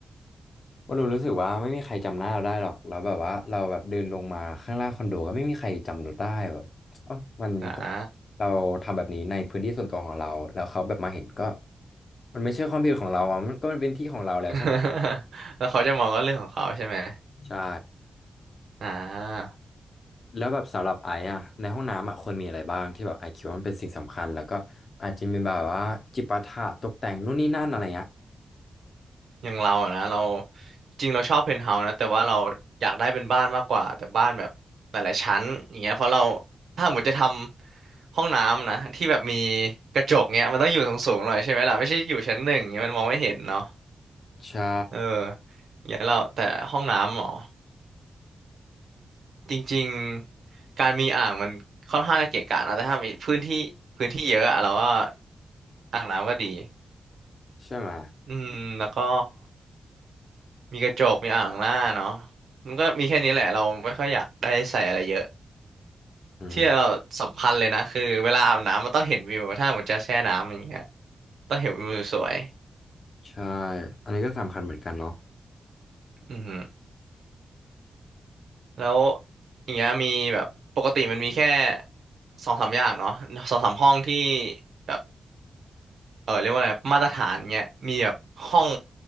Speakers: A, on the left; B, on the right.
A: ว่าเรารู้สึกว่าไม่มีใครจำหน้าเราได้หรอกแล้วแบบว่าเราแบบเดินลงมาข้างล่างคอนโดก็ไม่มีใครจำเราได้แบบเอ๋อมันก็
B: อ่า
A: เราทำแบบนี้ในพื้นที่ส่วนตัวของเราแล้วเขาแบบมาเห็นก็มันไม่ใช่ความผิดของเราอะมันก็มันเป็นที่ของเราแล้วใช่ไหม
B: <laughs> แล้วเขาจะมองก็เรื่องของเขาใช่ไหม
A: ใช่
B: อ่า
A: แล้วแบบสำหรับไอซ์อะในห้องน้ำอะควรมีอะไรบ้างที่แบบไอซ์คิดว่ามันเป็นสิ่งสำคัญแล้วก็อาจจะมีแบบว่าจิปาถะตกแต่งนู่นนี่นั่นอะไรเงี้ย
B: อย่างเราอะนะเราจริงเราชอบเพนท์เฮาส์นะแต่ว่าเราอยากได้เป็นบ้านมากกว่าแต่บ้านแบบหลายๆชั้นอย่างเงี้ยเพราะเราถ้าหมดจะทำห้องน้ำนะที่แบบมีกระจกเงี้ยมันต้องอยู่สูงๆหน่อยใช่ไหมล่ะไม่ใช่อยู่ชั้นหนึ่งเงี้ยมันมองไม่เห็นเนาะ
A: ใช่
B: เอออย่างเงี้ยเราแต่ห้องน้ำหรอจริงๆการมีอ่างมันค่อนข้างจะเกะกะนะแต่ถ้ามีพื้นที่พื้นที่เยอะอะเราว่าอ่างน้ำก็ดี
A: ใช่ไหม
B: อืมแล้วก็ มีกระจกมีอ่างล้างหน้าเนาะมันก็มีแค่นี้แหละเราไม่ค่อยอยากได้ใส่อะไรเยอะ
A: อืม
B: ที่เราสำคัญเลยนะคือเวลาอาบน้ำมันต้องเห็นวิวถ้าหมดจะแช่น้ำอย่างเงี้ยต้องเห็นวิวสวย
A: ใช่อันนี้ก็สำคัญเหมือนกันเนาะ
B: ๆอือหือแล้วอย่างเงี้ยมีแบบปกติมันมีแค่สองสามอย่างเนาะสองสามห้องที่แบบเออเรียกว่าอะไรมาตรฐานเงี้ยมีแบบห้อง